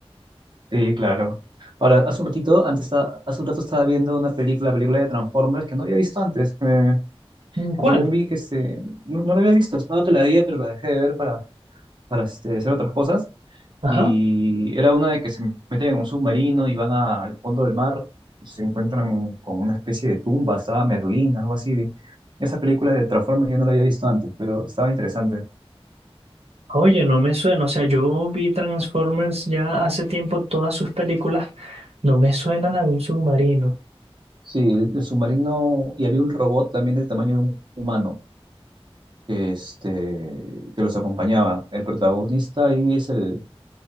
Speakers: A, on the right; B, on the right.
A: Sí, claro. Ahora, hace un ratito, antes, esta- hace un rato estaba viendo una película, película de Transformers que no había visto antes, que,
B: Mm,
A: que
B: ¿Cuál?
A: también vi que este, no, no la había visto, estaba otra la día, pero la dejé de ver para, para este, hacer otras cosas.
B: Ajá.
A: Y era una de que se meten en un submarino y van a- al fondo del mar y se encuentran con una especie de tumba, estaba Merlín, algo así. Esa película de Transformers yo no la había visto antes, pero estaba interesante.
B: Oye, no me suena, o sea, yo vi Transformers ya hace tiempo todas sus películas, no me suena la de un submarino.
A: Sí, el, el submarino y había un robot también del tamaño de un humano este, que los acompañaba. El protagonista ahí es el,